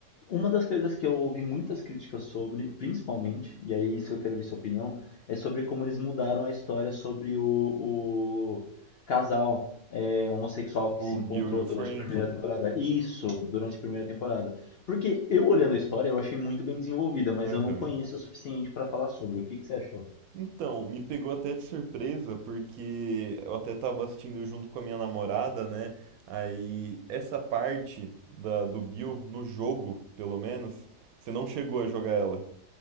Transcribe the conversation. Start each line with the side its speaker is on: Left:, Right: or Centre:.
Left: uma das coisas que eu ouvi muitas críticas sobre, principalmente, e aí isso eu quero ver sua opinião, é sobre como eles mudaram a história sobre o, o casal é, homossexual
Right: <laughs>
Left: que
Right: o
Left: se encontrou
Right: Bill e o
Left: durante
Right: Frank.
Left: a primeira temporada. Isso, durante a primeira temporada. Porque eu olhando a história, eu achei muito bem desenvolvida, mas
Right: Aham.
Left: eu não conheço o suficiente pra falar sobre. O que que você achou?
Right: Então, me pegou até de surpresa, porque eu até tava assistindo junto com a minha namorada, né? Aí, essa parte da, do Bill, no jogo, pelo menos, você não chegou a jogar ela.